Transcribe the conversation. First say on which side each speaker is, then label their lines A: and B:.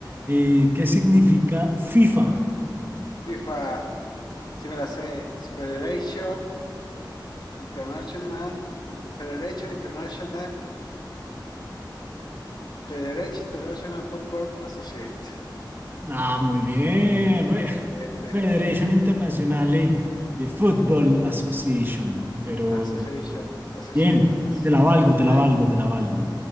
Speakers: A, on the right; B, on the left.
A: eh, ¿qué significa FIFA?
B: FIFA, sí me la sé. Federation International, In- Federation International, Federation International Football Associate.
A: Ah, muy bien. Bueno,
B: Excelente.
A: Federation Internazionale de Football Association. Pero
B: Association, Associate,
A: bien,
B: Associate.
A: te la valgo, te la
B: Nice.
A: valgo, te la valgo.